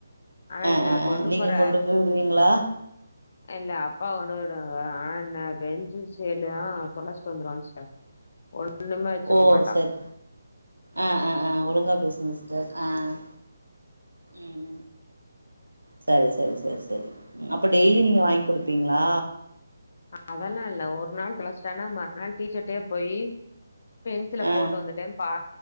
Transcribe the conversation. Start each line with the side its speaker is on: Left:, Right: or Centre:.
Left: ஆனா
Right: அஹ்
Left: என்ன
Right: ஆஹ்ஹ் நீங்க
Left: போற
Right: கொண்டு போய் விடுவீங்களா
Left: இல்ல அப்பா கொண்டு போய் விடுவாங்க ஆ னாப் பென்சில் சேலு தொலைச்சுட்டு வந்துருவாங்க சிஸ்டர் ஒண்ணுமே வச்சுக்க
Right: ஓ
Left: மாட்டா
Right: சார் ஆஹ் ஆஹ் ஆஹ் ஒழுங்கா பேசுங்க சார் ஆஹ் உம் சரி சரி சரி சரி அப்ப டெய்லி நீங்க வாங்கி குடுப்பீங்களா
Left: அதெல்லாம் இல்ல ஒரு நாள் கிளச்சிட்டானா மறுநாள் டீச்சர்டே போயி பென்சில
Right: ஆ
Left: போட்டு வந்துட்டேன் பா